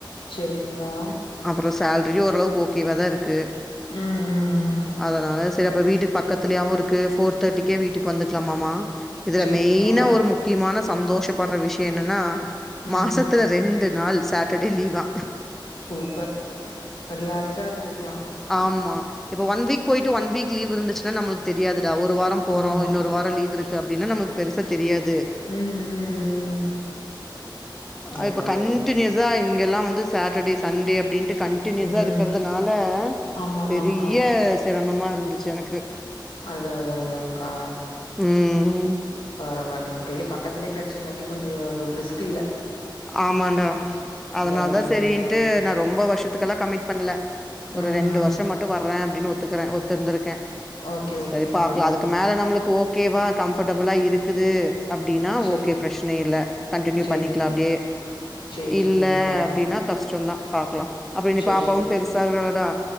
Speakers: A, on the left (about 90°); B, in the centre.
A: சரிங்க்கா
B: அப்றோ சேல்ரி ஓரளவுக் ஓக் க்கேவாதா இருக்கு
A: ம் ம் ம்
B: அதனால சேரி அப்ப வீட் ட்டு பக்கத்துலயாவு இருக்கு ஃபோர் தேட்டிக்கே வீட்டுக்கு வந்துக்கலாமாமா
A: சரிங்க்கா
B: மெயின்னா ஒரு முக்கிமான சந்தோஷோ பட்ற விஷ்ய என்னன்னா
A: ம்
B: மாசத்துல ரெண்டு நாள் சேட் டர்டே லீவ்வா
A: சூப்பர் ரிலாக்ஸா இருந்துக்லா
B: ஆமா இப்ப ஒன் வீக் போய்ட்டு ஒன் வீக் லவ் இருந்துச்சுனா நம்முளுக் தெரியாது தா ஒரு வாரோ போறோ
A: ஆமாம்
B: இன்னொரு வாரோ லீவ் இருக்கு அப் அப்டினா நமக் பெருசா தெரியாத்
A: உம் உம் உம்
B: அ,
A: அத்தாதா
B: இப்ப கண்டினியூஸா இங்கெல்லா வந்து சாட்டர்டே சன்டே அப்டின் ட்டு கண்ட்டினியூஸா
A: ம்
B: இருக்கறதுனால
A: ஆமாம் ஆமாங்க்கா
B: பெரிய சிரமமா இருந் ச் எனக்கு
A: அத அத அதாங்க்கா
B: ம்
A: பரவாலிங்கா <unintelligible> கத்துலயே கெடச்சங்காட்டி கொஞ்சோ உங்ளுக்கு ரிஸ்க் இல்ல
B: ஆமான்டா அதனால
A: அது
B: தா
A: அதாங்க்கா
B: சேரின்ட்டு நா ரொம்ப வருஷத்துக்கெல்லா கமிட் பண்ல ஒரு
A: ம்
B: ரெண்டு
A: ம்
B: வருஷோ மட்டு வர்றே அப்டினு ஒத்துக்கறே ஒத் துருந்துருக்கே
A: ஓகே
B: சேரி
A: ஓகேங்க்கா
B: பாக்லா அதுக்கு மேல நம்முளுக்கு ஓக் ஓகேவா கம்ஃபர்டபிளா இருக்குது அப்படின்னா
A: சரி
B: ஓகே பிரச்சன இல்ல கண்டனியூ
A: சரிங்க
B: பண்ணி டே
A: சரி
B: இல்ல
A: சரிங்கக்கா
B: அப்படின்னா கஷ்டம் தா பாக்கலா அப்ப இன்னு
A: சரி
B: பாப்பாவும்
A: சரி
B: பெருசாகல
A: சரி
B: டா